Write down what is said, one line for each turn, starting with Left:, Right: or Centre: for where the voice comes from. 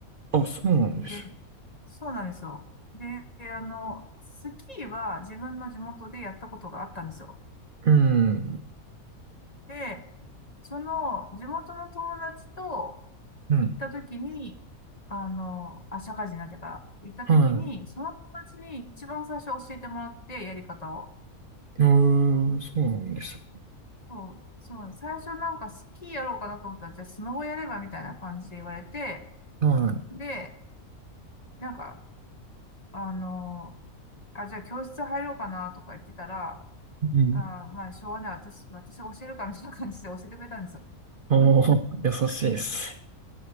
Right: あ、そうなんです。
Left: で、そうなんですよ。で、あの、スキーは自分の地元でやったことがあったんですよ。
Right: うん。
Left: で、その、地元の友達と
Right: うん。
Left: 行った時に、あの、あ、社会人になってから行った時に、
Right: は
Left: その友達に一番最初教えてもらって、やり方を。
Right: い。うーん、そうなんです。
Left: そう、そう、最初なんかスキーやろうかなと思ったら、じゃあスノボやればみたいな感じで言われて、
Right: は
Left: で、なんか、あのーあ、じゃあ教室入ろうかなとか言ってたら、
Right: い。うん。
Left: あー、まあ、しょうがない、私、私が教えるかみたいな感じで教えてくれたんですよ。
Right: ああ、
Left: <laughs>
Right: 優しいです。